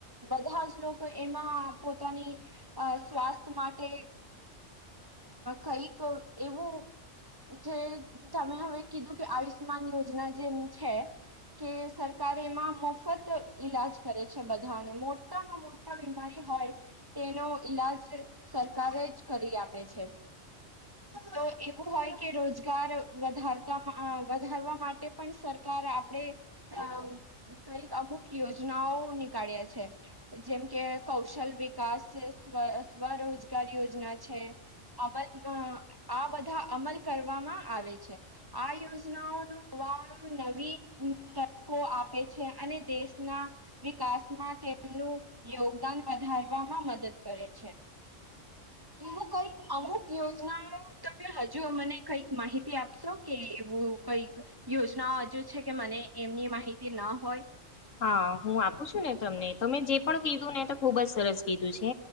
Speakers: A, on the right; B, on the left.
A: બધા જ લોકો એમાં પોતાની સ્વાસ્થ્ય માટે કઈક એવું જે તમે હવે કીધું કે આયુષ્માન યોજના જેમ છે. કે સરકાર એમાં મફત ઈલાજ કરે છે બધા મોટામાં, મોટા બીમારી હોય તેનો ઈલાજ સરકારે જ કરી આપ છે, તો એવું હોય. કે રોજગાર વધારતા વધારવા માટે પણ સરકાર, આપણેે કઈક અમુક યોજનાઓ કા્યા છે. જેમ કે કૌશલ વિકાસ સ્વ સ્વરોજગાર યોજના છે. અમલ આ બધા અમલ કરવામાં આવે છે, આ યોજનાઓનો નવી તકો આપે છે, અને દેશના વિકાસ માં તેમનું યોગદાન વધારવામાં મદદ કરે છે.
B: હ
A: એવું કઈક અમુક યોજનાઓ, તમે હજુ મને કઈક માહિતી આપશો કે એવુ કઈક યોજનાઓ હજુ છે, કે મને એમની માહિતી ન હોય
B: હા, હુ આપું છુ, ને તમને તો મેં જે પણ કીધું ને તો ખુબ જ સરસ કીધું છે,